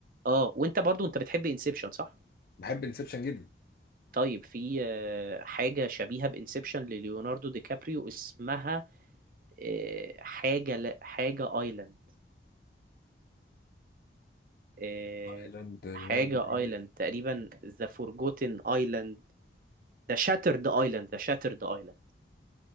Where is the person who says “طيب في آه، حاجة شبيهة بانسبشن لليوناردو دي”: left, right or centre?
Right